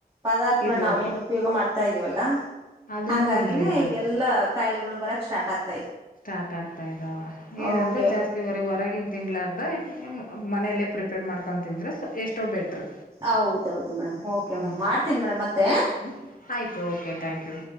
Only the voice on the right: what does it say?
ಪದಾರ್ಥಗಳನ್ನ
ನಾವೇ ಏನ್ ಉಪಯೋಗ್ ಮಾಡ್ತಾ ಇವಲ್ಲ.
ಹಂಗಾಗಿನೇ
ಇವೆಲ್ಲಾ ಕಾಯ್ಲೆಗುಳ್ ಬರಕ್ ಸ್ಟಾರ್ಟ್ ಆಗ್
ಓಕೆ
ಹೌದೌದು ಮೇಡಮ್ ಓಕೆ
ಮೇಡಮ್ ಮಾಡ್ತೀನಿ ಮೇಡಮ್ ಮತ್ತೆ